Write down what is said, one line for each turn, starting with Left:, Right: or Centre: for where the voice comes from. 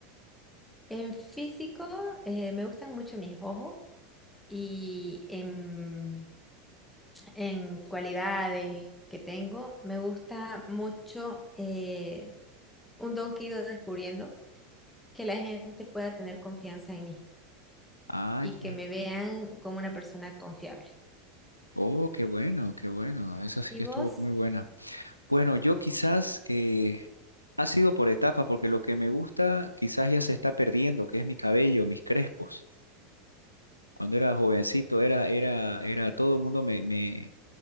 Centre: En físico eh, me gustan mucho mis ojos y en en cualidades que tengo, me gusta mucho eh, un don que he ido descubriendo, que la gente pueda tener confianza en mí
Left: Ah,
Centre: y
Left: ya.
Centre: que me vean como una persona confiable.
Left: Oh, qué bueno, qué bueno. Esa sí
Centre: ¿Y
Left: que
Centre: vos?
Left: estuvo muy buena. Bueno, yo quizás eh, ha sido por etapa, porque lo que me gusta quizás ya se está perdiendo, que es mi cabello, mis crespos. Cuando era jovencito, era, era, era, todo el mundo me, me,